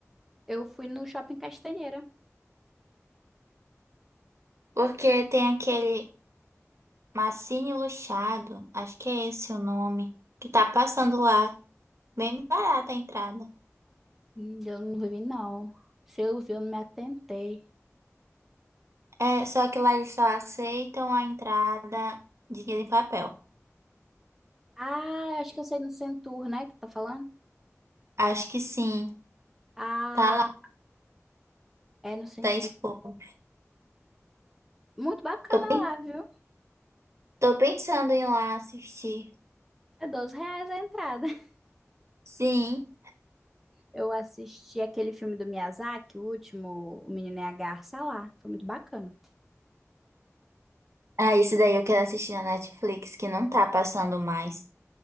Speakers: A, in the centre; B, on the right (about 65°).
A: Eu fui no Shopping Castanheira.
B: Porque tem aquele. Massini Luxado, acho que é esse o nome, que tá passando lá. Bem barata a entrada.
A: Hum, Eu não vi, não. Se eu vi, eu não me atentei.
B: É, só que lá eles só aceitam a entrada de dinheiro em papel.
A: Ah, acho que eu sei no Centur, né? Que tá falando?
B: Acho que sim.
A: Ah,
B: Tá lá,
A: é no Centur.
B: tá exposto.
A: Muito bacana
B: Tô, pen-
A: lá, viu?
B: tô pensando em ir lá assistir.
A: É 12 reais a entrada. <laughs>
B: Sim.
A: Eu assisti aquele filme do Miyazaki, o último, O Menino e a Garça lá. Foi muito bacana.
B: Ah, esse daí eu quero assistir na Netflix, que não tá passando mais